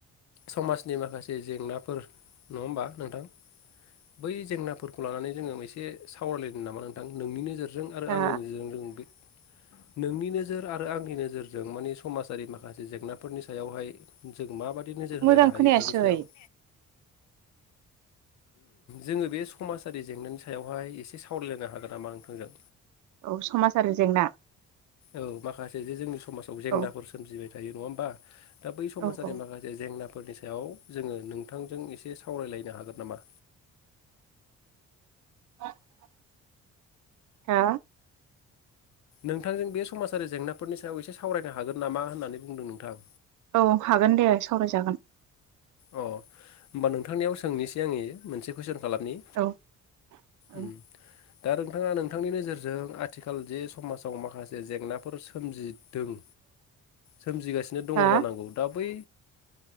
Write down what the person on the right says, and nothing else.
हा
मोजां
खोनायासै
औ समाज आरो जेंना
औ
औ औ
<unintelligible> हा
औ हागोन दे सावरायजागोन
औ औ
हा